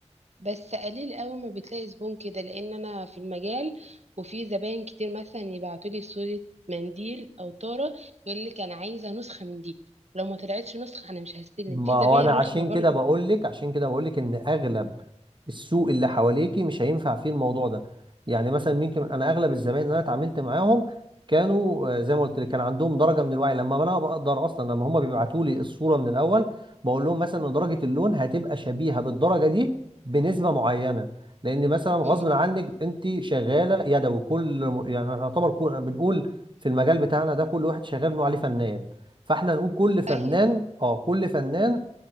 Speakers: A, on the right; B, on the right.
A: بس قليل قوي ما بتلاقي زبون كده لان انا في المجال وفي زباين كتير مثلا يبعتوا لي صورة منديل او طارة يقول لك انا عايزة نسخة من دي لو ما طلعتش نسخة انا مش هستلم
B: ما
A: في
B: هو
A: زباين
B: انا
A: رخمة
B: عشان
A: برضو
B: كده بقول لك عشان كده بقول لك ان اغلب السوق اللي حواليكي مش هينفع فيه الموضوع ده يعني مثلا ممكن انا اغلب الزباين اللي انا اتعاملت معاهم كانوا آه، زي ما قلت لك كان عندهم درجه من الوعي لما انا بقدر اصلا لما هم بيبعتوا لي الصوره من الاول بقول لهم مثلا ان درجه اللون هتبقى شبيهه بالدرجه دي بنسبه معينه لان مثلا غصب
A: مم.
B: عنك انت شغاله يدوي كل يعني يعتبر كل- بنقول في المجال بتاعنا ده كل واحد شغال بنقول عليه فنان فاحنا نقول كل فنان
A: ايوه
B: اه كل فنان